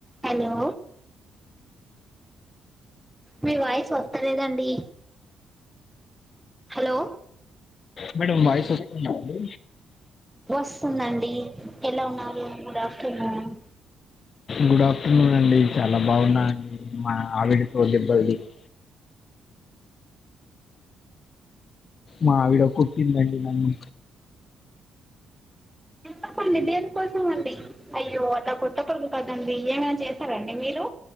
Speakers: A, in the centre; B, on the left.
A: Hello మీ voice వస్తాలేదండి. Hello
B: madam voice వస్తుందా అండి
A: వస్ స్తుందండి ఎలా ఉన్నారు గుడ్ ఆఫ్టర్నూన్
B: గుడ్ ఆఫ్టర్నూన్ అండి చాలా బావున్నాండి మా ఆవిడతో దెబ్బలు తిని మావిడ కుట్టిందండి నన్ను
A: ఎప్పండి దేనికోసం అండి అయ్యో అట్ల కొట్టకూడదు కదండి. ఏమేమి చేస్తారండి మీరు?